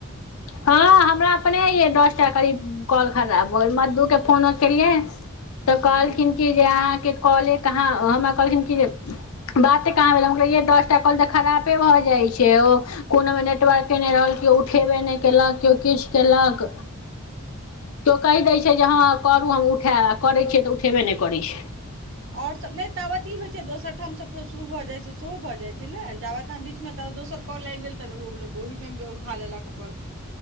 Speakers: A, on the left; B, on the right.
A: हँ हमरा अपने यै दसटा करीब कॉल खराब भऽ गेल मधु
B: हूँ
A: के फोन केलियै तऽ कहलखिन
B: हूँ
A: की जे अहाँके काॅले कहाँ हमरा कहलखिन कि जे बाते कहाँ भेल हम कहलियै यै दसटा कॉल तऽ खरापे भऽ जाइ छै ओ कोनोमे नेटवर्के नहि रहल केओ उठेबे नहि केलक केओ किछ केलक त ओ कहि दै छै जे हँ करू हम उठैब आ करै छियै तऽ उठेबे नहि करै छै
B: आओर सभ नहि ताबत ई होइ छै दोसर ठाम सभ शुरू भऽ जाइत छै सेहो भऽ जाइ छै ने जाबत आहाँ बीचमे ताबे दोसर काॅल आबि गेल तऽ ओहो <unintelligible> लोक ओहिमे उठा लेलक अपन